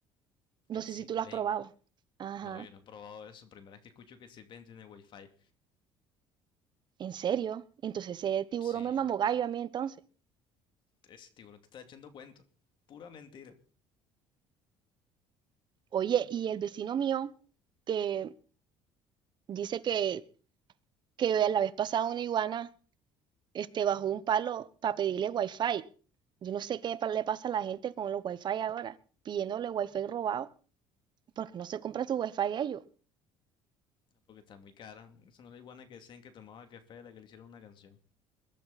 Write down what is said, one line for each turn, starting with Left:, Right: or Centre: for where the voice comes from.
Left: el
Right: No sé
Left: Cisben.
Right: si tú lo has probado. Ajá,
Left: No, yo no he probado eso. Primera vez que escucho que el Cisben tiene wifi.
Right: ¿en serio? Entonces ese tiburón
Left: Sí,
Right: me mamó gallo a mí entonces.
Left: ese tiburón te está echando cuento. Pura mentira.
Right: Oye, y el vecino mío que dice que, que la vez pasada una iguana este, bajó un palo para pedirle wifi. Yo no sé qué pa- le pasa a la gente con los wifi ahora, pidiéndole wifi robado, porque no se compra su wifi ellos.
Left: Porque está muy cara. Esa no es la iguana que decían que tomaba café de la que le hicieron una canción.